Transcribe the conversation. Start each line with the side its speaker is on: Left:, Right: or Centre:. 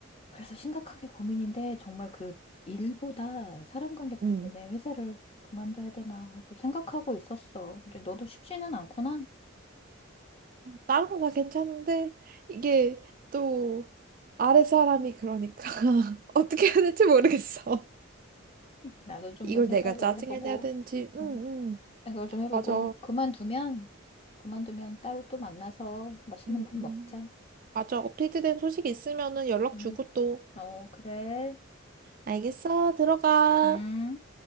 Left: 그래서 심각하게 고민인데 정말 그 일보다 사람 관계 때문에
Right: 응.
Left: 회사를 그만둬야 되나 하고 생각하고 있었어. 근데 너도 쉽지는 않구나.
Right: 다른 거 다 괜찮은데 이게 또 아랫사람이 그러니까 <laughs> 어떻게 해야 될지 모르겠어.
Left: 나도 좀
Right: 이걸
Left: 더 생각을
Right: 내가 짜증을
Left: 해보고,
Right: 내야 되는지. 응,
Left: 음,
Right: 응.
Left: 생각을 좀 해보고,
Right: 맞아.
Left: 그만두면, 그만두면 따로 또 만나서 맛있는
Right: 응,
Left: 밥
Right: 응.
Left: 먹자.
Right: 맞아. 업데이트된 소식 있으면은 연락
Left: 응,
Right: 주고 또.
Left: 어, 그래.
Right: 알겠어. 들어가.
Left: 음.